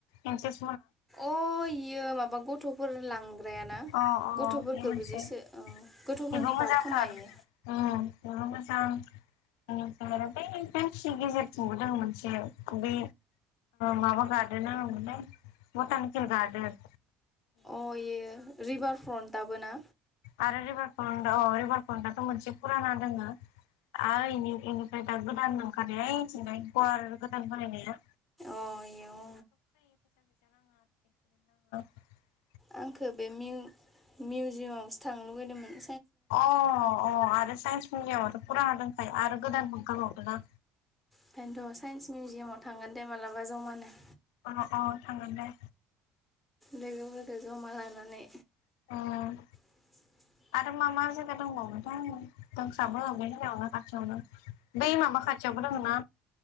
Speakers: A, on the left; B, in the centre.
A: एन्सेस
B: अ इयो माबा गथ'फोर लां ग्रायाना
A: अ अ
B: गथ'फोरखौबो
A: बे मोनसे
B: जिसो अ गथ'फोरनि
A: बेबो मोजांथार
B: पार्क खोमा
A: उम
B: इयो
A: बेबो मोजां उम नंङा बा बै <unintelligible> गेजेरथिबो दं मोनसे बै माबा गार्डोन मा होनोमोनलाय <unintelligible> गार्डेन
B: अ इयो रिभार फ्रन्टयाबो ना
A: आरो रिबारफ्रन्द अ रिबारफ्रन्दथ' मोनसे फुराना दोङो आरो इनि इनिफ्राय दा गोदान ओंखारनाया ऐथिंजाय गुवार गोदान बनायनाया।
B: अ इयाव
A: <unintelligible>
B: आंखौ बे मि मिउजियामावसो थां लुबैदोंमोन
A: अ अ आरो साइन्स मिडियामावथ' फुराना दंखायो आरो गोदान ओंखारबावदों ना
B: ओंखायनथ' साइन्स मिउजियामाव थांगोन दे मालाबा जमानो
A: अ अ थांगोन दे
B: लोगोफोरखौ जमा लानानै
A: उम
B: <inaudible>
A: आरो मा मा जायगा दंबावोथाय दंसाबो बे जायगायावनो खाथियावनो बै माबा खाथि यावबो दंमोना